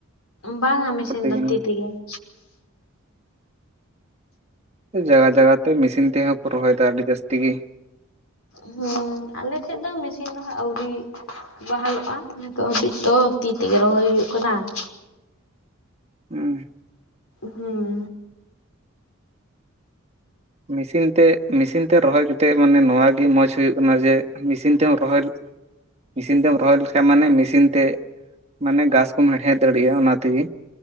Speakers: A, on the left; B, on the right.
A: ᱵᱟᱝᱟ ᱢᱮᱥᱤᱱ
B: ᱡᱟᱭᱜᱟ
A: ᱫᱚ ᱛᱤ ᱛᱮᱜᱮ ᱾
B: ᱡᱟᱭᱜᱟ ᱡᱟᱭᱜᱟ ᱛᱮ ᱢᱮᱥᱤᱱ ᱛᱮᱦᱚᱸ ᱠᱚ ᱨᱚᱦᱚᱭᱮᱫᱟ ᱟᱹᱰᱤ ᱡᱟᱹᱥᱛᱤ ᱜᱮ᱾
A: ᱦᱩᱸ ᱟᱞᱮ ᱴᱷᱮᱡ ᱫᱚ ᱢᱮᱥᱤᱱ ᱫᱚ ᱦᱟᱸᱜ ᱟᱹᱣᱨᱤ᱾ ᱵᱟᱦᱟᱞᱚᱜᱼᱟ ᱱᱤᱛᱚᱜ ᱦᱟᱹᱵᱤᱡ ᱛᱚ ᱛᱤ ᱛᱮᱜᱮ ᱨᱚᱦᱚᱭ ᱦᱩᱭᱩᱜ ᱠᱟᱱᱟ ᱾
B: ᱦᱩᱸ ᱾
A: ᱦᱩᱸ ᱾
B: ᱢᱮᱥᱤᱱ ᱛᱮ ᱢᱮᱥᱤᱱ ᱛᱮ ᱨᱚᱦᱚᱭ ᱠᱟᱛᱮᱜ ᱢᱟᱱᱮ ᱱᱚᱣᱟᱜᱮ ᱢᱚᱸᱡᱽ ᱦᱩᱭᱩᱜ ᱠᱟᱱᱟ ᱡᱮ ᱢᱮᱥᱤᱱ ᱛᱮᱦᱚ ᱨᱚᱦᱚᱭ ᱢᱮᱥᱤᱱ ᱛᱮᱢ ᱨᱚᱦᱚᱭ ᱞᱮᱠᱷᱟᱡ ᱢᱟᱱᱮ ᱢᱮᱥᱤᱱ ᱛᱮ ᱢᱟᱱᱮ ᱜᱷᱟᱥ ᱠᱚᱢ ᱦᱮᱲᱦᱮᱫ ᱫᱟᱲᱤᱜᱼᱟ ᱚᱱᱟ ᱛᱮᱜᱮ